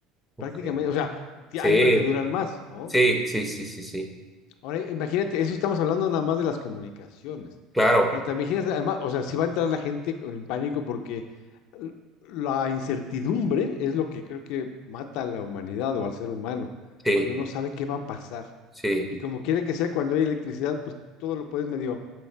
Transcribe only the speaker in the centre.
Ok.
Sí,
sí, sí, sí, sí, sí.
Claro,
sí,
sí,